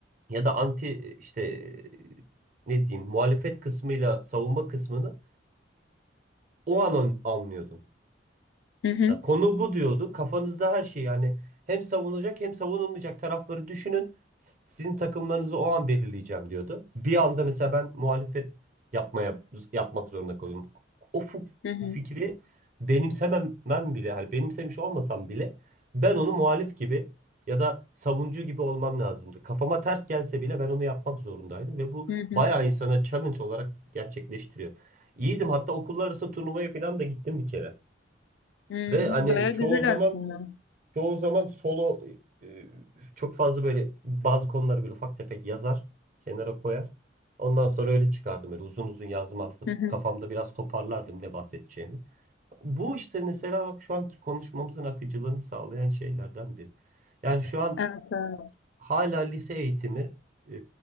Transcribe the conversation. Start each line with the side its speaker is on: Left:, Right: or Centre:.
Right: ya da anti işte e, ne diyeyim muhalefet kısmıyla savunma kısmını o an an- anlıyordum.
Left: Hı hı,
Right: Ya konu bu diyordu. Kafanızda her şey yani hem savunulacak hem savunulmayacak tarafları düşünün. Sizin takımlarınızı o an belirleyeceğim diyordu. Bir anda mesela ben muhalefet yapmaya yapmak zorunda kalıyorum. O fu-
Left: hı hı,
Right: fikri benimsememem bile hani benimsemiş olmasam bile ben onu muhalif gibi ya da savunucu gibi olmam lazımdı. Kafama ters gelse bile ben onu yapmak zorundaydım ve bu
Left: hı hı.
Right: bayağı insana challenge olarak gerçekleştiriyor. İyiydim hatta okullar arası turnuvaya falan da gittim bir kere.
Left: Hı,
Right: Ve hani
Left: Baya
Right: çoğu
Left: güzel
Right: zaman
Left: aslında.
Right: çoğu zaman solo e, çok fazla böyle bazı konuları böyle ufak tefek yazar, kenara koyar. Ondan sonra öyle çıkardım öyle uzun uzun yazmazdım.
Left: Hı hı.
Right: Kafamda biraz toparlardım ne bahsedeceğimi. Bu işte mesela bak şu anki konuşmamızın akıcılığını sağlayan şeylerden biri. Yani şu an
Left: Evet, evet.
Right: hala lise eğitimi e,